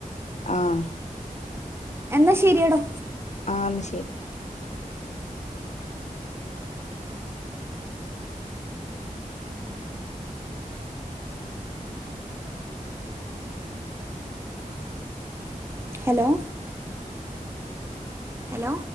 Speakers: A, on the left; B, on the right.
A: ആഹ്
B: എന്നാ ശെരിയടോ
A: ആ എന്നാ ശെരി
B: ഹലോ ഹലോ